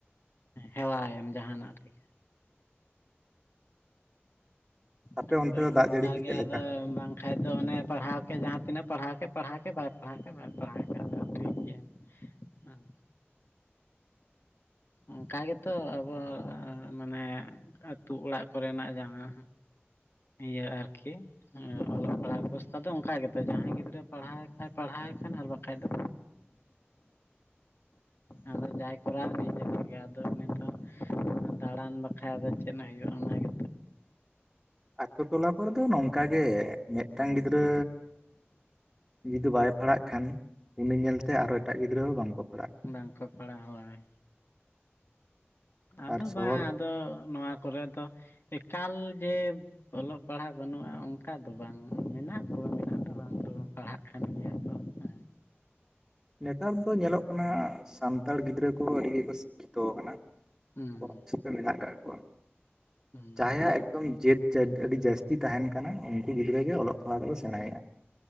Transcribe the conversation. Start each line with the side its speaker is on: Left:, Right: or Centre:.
Left: ᱦᱮᱣᱟᱭᱮᱢ ᱡᱟᱦᱟᱱᱟᱜ ᱨᱮᱜᱮ᱾
Centre: ᱟᱯᱮ
Left: ᱦᱩᱸ ᱟᱫᱚ
Centre: ᱚᱱᱛᱮ ᱫᱚ ᱫᱟᱜ
Left: ᱚᱱᱠᱟᱜᱮ
Centre: ᱡᱟᱹᱲᱤ ᱠᱚ ᱪᱮᱫ ᱞᱮᱠᱟ
Left: ᱟᱫᱚ ᱵᱟᱝᱠᱷᱟᱡ ᱫᱚ ᱚᱱᱮ ᱯᱟᱲᱦᱟᱣ ᱠᱮᱫ ᱡᱟᱦᱟᱸ ᱛᱤᱱᱟᱹᱜ ᱯᱟᱲᱦᱟᱣ ᱠᱮᱫ ᱯᱟᱲᱦᱟᱣ ᱠᱮ ᱵᱟᱭ ᱯᱟᱲᱦᱟᱣ ᱠᱮᱫ ᱵᱟᱭ ᱯᱟᱲᱦᱟᱣ ᱠᱮᱫ ᱟᱫᱚ ᱴᱷᱤᱠ ᱜᱮᱭᱟ᱾ ᱦᱮᱸ᱾ ᱚᱱᱠᱟ ᱜᱮᱛᱚ ᱟᱵᱚ ᱢᱟᱱᱮ ᱟᱹᱛᱩ ᱚᱲᱟᱜ ᱠᱚᱨᱮᱱᱟᱜ ᱡᱟᱦᱟᱸ᱾ ᱤᱭᱟᱹ ᱟᱨᱠᱤ ᱦᱮᱸ ᱚᱞᱚᱜ ᱯᱟᱲᱦᱟᱜ ᱚᱵᱚᱥᱛᱟ ᱫᱚ ᱚᱱᱠᱟ ᱜᱮᱛᱚ ᱡᱟᱦᱟᱸᱭ ᱜᱤᱫᱽᱨᱟᱹ ᱯᱟᱲᱦᱟᱣ ᱠᱷᱟᱱ ᱯᱟᱲᱦᱟᱣᱮ ᱠᱷᱟᱱ ᱟᱨ ᱵᱟᱠᱟᱱᱡ ᱫᱚ, ᱟᱫᱚ ᱡᱟᱭ ᱠᱚᱨᱟᱣ ᱱᱤᱡᱮ ᱛᱮᱜᱮ ᱟᱫᱚ ᱱᱤᱛᱚᱜ ᱫᱟᱬᱟᱱ ᱵᱟᱠᱷᱨᱟ ᱟᱫᱚ ᱪᱮᱫ ᱦᱩᱭᱩᱜᱼᱟ ᱚᱱᱟᱜᱮ
Centre: ᱟᱛᱩ ᱴᱚᱞᱟ ᱠᱚᱨᱮ ᱫᱚ ᱱᱚᱝᱠᱟᱜᱮ ᱢᱤᱫᱴᱟᱝ ᱜᱤᱫᱽᱨᱟᱹ ᱡᱩᱫᱤ ᱵᱟᱭ ᱯᱟᱲᱦᱟᱜ ᱠᱷᱟᱱ ᱩᱱᱤ ᱧᱮᱞᱛᱮ ᱟᱨᱚ ᱮᱴᱟᱜ ᱜᱤᱫᱽᱨᱟᱹ ᱦᱚᱸ ᱵᱟᱝᱠᱚ ᱯᱟᱲᱦᱟᱜ-ᱟ᱾
Left: ᱵᱟᱝᱠᱚ ᱯᱟᱲᱦᱟᱜ-ᱟ ᱦᱳᱭ ᱟᱫᱚ
Centre: ᱟᱨ ᱥᱚᱦᱚᱨ
Left: ᱵᱟᱝ ᱟᱫᱚ ᱱᱚᱣᱟ ᱠᱚᱨᱮ ᱫᱚ ᱮᱠᱟᱞ ᱡᱮ ᱚᱞᱚᱜ ᱯᱟᱲᱦᱟᱜ ᱵᱟᱹᱱᱩᱜ-ᱟ ᱚᱱᱠᱟ ᱫᱚ ᱵᱟᱝ ᱢᱮᱱᱟᱜ ᱠᱚᱣᱟ ᱢᱮᱱᱟᱜ ᱫᱚ ᱵᱟᱝ ᱫᱚ ᱵᱟᱝ ᱯᱟᱲᱦᱟᱜ ᱠᱟᱱ ᱜᱮᱭᱟ᱾ ᱠᱚ ᱦᱮᱸ
Centre: ᱱᱮᱛᱟᱨ ᱫᱚ ᱧᱮᱞᱚᱜ ᱠᱟᱱᱟ ᱥᱟᱱᱛᱟᱲ ᱜᱤᱫᱽᱨᱟᱹ ᱠᱚ ᱟᱹᱰᱤ ᱜᱮᱠᱚ ᱥᱤᱠᱠᱷᱤᱛᱚ ᱠᱟᱱᱟ᱾
Left: ᱦᱩᱸ
Centre: <unintelligible> ᱥᱤᱫ ᱛᱮ ᱢᱮᱱᱟᱜ ᱠᱟᱜ ᱠᱚᱣᱟ,
Left: ᱦᱩᱸ
Centre: ᱡᱟᱦᱟᱸᱭᱟᱜ ᱮᱠᱫᱚᱢ ᱡᱮᱫ ᱟᱹᱰᱤ ᱡᱟᱹᱥᱛᱤ ᱛᱟᱦᱮᱱ ᱠᱟᱱᱟ ᱩᱱᱠᱩ ᱜᱤᱫᱽᱨᱟᱹ ᱜᱮ ᱚᱞᱚᱜ ᱯᱟᱲᱦᱟᱜ ᱜᱮᱠᱚ ᱥᱮᱬᱟᱭᱮᱫ-ᱟ᱾